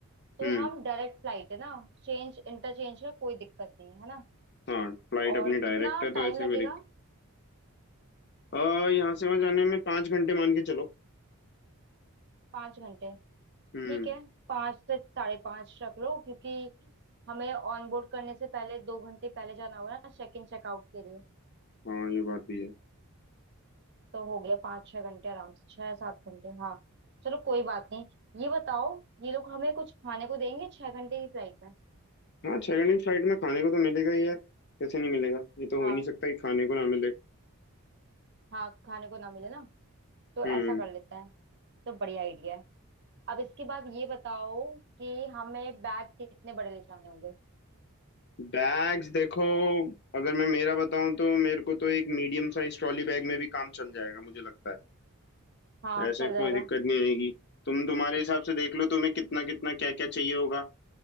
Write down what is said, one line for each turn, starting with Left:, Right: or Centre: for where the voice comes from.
Right: तो
Left: हम्म
Right: हम डायरेक्ट फ्लाइट है ना चेंज इंटरचेंज का कोई दिक्कत नहीं है है ना
Left: हाँ फ्लाइट
Right: और
Left: अपनी
Right: कितना
Left: डायरेक्ट है तो
Right: टाइम
Left: ऐसे
Right: लगेगा
Left: कोई दिक्कत आ यहाँ से वहाँ जाने में पाँच घंटे मान के चलो
Right: पाँच घंटे
Left: हम्म
Right: ठीक है पाँच से साढ़े पाँच रख लो क्योंकि हमें ऑन बोर्ड करने से पहले दो घंटे पहले जाना होगा ना चेक इन चेकआउट के लिए
Left: हाँ ये बात भी है
Right: तो हो गया पाँच छह घंटे आराम से छह सात घंटे हाँ चलो कोई बात नहीं ये बताओ ये लोग हमें कुछ खाने को देंगे छह घंटे की फ्लाइट में
Left: हाँ छह घंटे की फ्लाइट में खाने को तो मिलेगा ही यार कैसे नहीं मिलेगा ये तो हो
Right: हाँ
Left: ही नहीं सकता कि खाने को ना मिले
Right: हाँ खाने को ना मिले ना तो ऐसा
Left: हम्म
Right: कर लेते हैं तो बढ़िया आइडिया है अब इसके बाद ये बताओ कि हमें बैग कितने बड़े ले जाने होंगे
Left: बैग्स देखो अगर मैं मेरा बताऊं तो मेरे को तो एक मीडियम साइज ट्रॉली बैग में भी काम चल जाएगा मुझे लगता
Right: हाँ
Left: है ऐसे
Right: चल
Left: कोई
Right: जाएगा
Left: दिक्कत नहीं आएगी तुम तुम्हारे हिसाब से देख लो तुम्हें कितना कितना क्या क्या चाहिए होगा